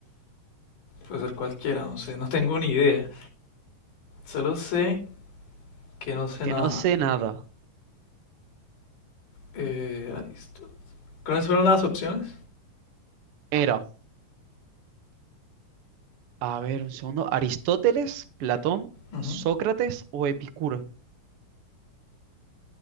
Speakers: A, on the left; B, on the right.
A: Puede ser cualquiera, no sé. No tengo ni idea. Solo sé que no sé
B: Que
A: nada.
B: no sé nada.
A: Eh, Arist- ¿Cuáles fueron las opciones?
B: Era A ver, un segundo. ¿Aristóteles, Platón,
A: Ujú.
B: Sócrates o Epicuro?